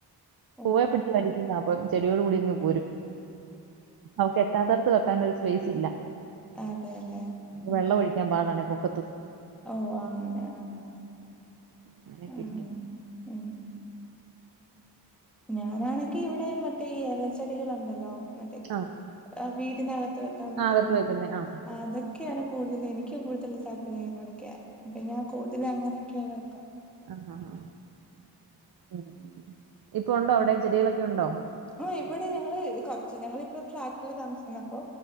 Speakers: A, in the centre; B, on the right (about 60°).
A: ഓ
B: പൂവെപിടിച്ചു വലിക്കുന്ന അപ്പം ചെടിയോട് കൂടി ഇങ്ങ് പോരും. അവക്ക് എത്താത്തടത്ത് വെക്കാൻ ഒരു സ്പേസ് ഇല്ല.
A: അതെല്ലേ ആഹ്
B: വെള്ളം ഒഴിക്കാൻ
A: ആഹ്
B: പാടാണ് ഇപ്പൊ --
A: ഓ അങ്ങനെ ആഹ് ആഹ
B: അങ്ങനെയൊക്കെ
A: ആഹ
B: ഇരിക്കുന്നു
A: ഉ ഞാനാണെങ്കി ഇവിടെ മറ്റേ ഈ ഏലച്ചെടികളുണ്ടല്ലോ? മറ്റേ
B: ആഹ്
A: വീട്ടിനകത്ത് വെക്കാൻ പറ്റുന്നത്
B: അകത്ത് വെക്കുന്നേ ആഹ്
A: അതൊക്കെയാണ് കൂടുതൽ എനിക്ക് കൂടുതൽ താല്പര്യങ്ങളൊക്കെയ അപ്പൊ ഞാൻ കൂടുതല അങ്ങനൊക്കെയ വെ
B: ആ ആ ആ ഉ ഇപ്പൊ ഉണ്ടോ അവിടെ ചെടികളൊക്കെ ഉണ്ടോ,
A: ആ ഇവിടെ ഞങ്ങള് കൊറച്ച് ഞങ്ങളിപ്പോ ഫ്ലാറ്റില് താമസിക്കുന്ന അപ്പൊ,